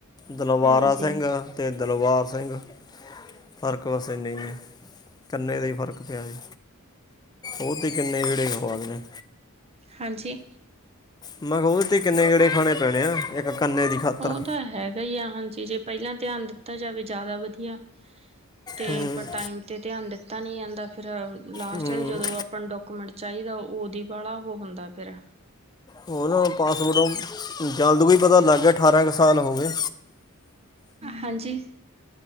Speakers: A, on the left; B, on the right.
A: ਦਲਵਾਰਾ
B: ਹਾਂਜੀ
A: ਸਿੰਘ। ਤੇ ਦਲਬਾਰ ਸਿੰਘ। ਫਰਕ ਬਸ ਐਨਾ ਈ ਐ ਕੰਨੇ ਦਾ ਈ ਫਰਕ ਪਿਆ ਹੀ। ਓ ਤੇ ਕਿੰਨੇ ਜੇੜੇ ਖਵਾ ਦੇ ਨੇ।
B: ਹਾਂਜੀ
A: ਮੈਂ ਕਿਆ ਓ ਤੇ ਕਿੰਨੇ ਗੇੜੇ ਖਾਣੇ ਪੈਣੇ ਆ ਇੱਕ ਕੰਨੇ ਦੀ ਖਾਤਰ
B: ਓ ਤਾ ਹੈਗਾ ਈ ਆ ਹਾਂਜੀ ਜੇ ਪੈਲਾਂ ਧਿਆਨ ਦਿੱਤਾ ਜਾਵੇ ਜਾਦਾ ਵਧੀਆ ਤੇ
A: ਹੂੰ
B: ਪਰ ਟਾਈਮ ਤੇ ਧਿਆਨ ਦਿੱਤਾ ਨੀ ਜਾਂਦਾ ਫਿਰ ਲਾਸਟ
A: ਹੂੰ
B: 'ਚ ਜਦੋਂ ਆਪਾਂ ਡਾਕੂਮੈਂਟ ਚਾਹੀਦਾ ਉਹਦੀ ਵਾਲਾ ਓ ਹੁੰਦਾ ਫਿਰ
A: ਹੋਰ ਪਾਸਪੋਰਟ ਜਲਦ ਕੋਈ ਪਤਾ ਲੱਗ ਗਿਆ ਅਠਾਰਾਂ ਕੁ ਸਾਲ ਹੋ ਗਏ।
B: ਹਾਂਜੀ